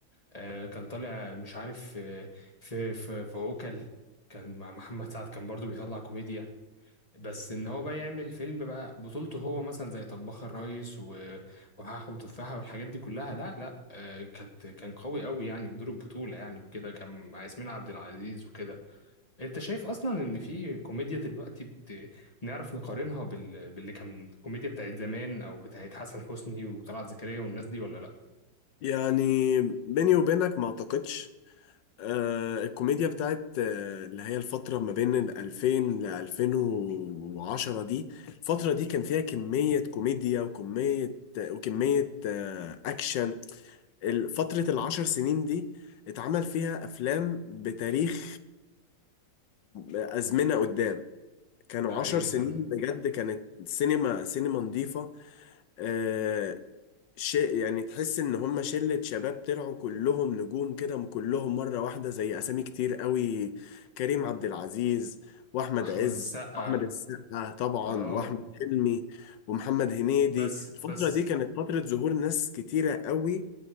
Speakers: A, on the left; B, on the left.
A: آه، كان طالع مش عارف آه، في في في عوكل كان مع محمد سعد كان برضو بيطلع كوميديا بس ان هو بقى يعمل فيلم بقى بطولته هو مثلا زي طباخ الريس و... وحاح وتفاحة والحاجات دي كلها لا لا آه، كانت كان قوي قوي يعني في دور البطولة يعني وكده كان مع ياسمين عبد العزيز وكده انت شايف اصلا ان في كوميديا دلوقتي بت... نعرف نقارنها بال... باللي كان الكوميديا بتاعت زمان او بتاعت حسن حسني وطلعت زكريا والناس دي ولا لا
B: يعني بيني وبينك ما اعتقدش آه الكوميديا بتاعت آه اللي هي الفترة ما بين ال 2000 ل 2010 دي الفترة دي كان فيها كمية كوميديا وكمية وكمية آه أكشن ال- فترة العشر سنين دي اتعمل فيها أفلام بتاريخ آه، أزمنة قدام كانوا
A: ده حقيقي
B: عشر سنين
A: فعلا
B: بجد كانت سينما سينما نظيفة آه شيء يعني تحس ان هم شلة شباب طلعوا كلهم نجوم كده كلهم مرة واحدة زي اسامي كتير قوي كريم عبد العزيز واحمد
A: واحمد
B: عز
A: السقا
B: واحمد السقا طبعا
A: اه
B: واحمد حلمي ومحمد هنيدي
A: بس
B: الفترة
A: بس
B: دي كانت فترة ظهور ناس كتيرة قوي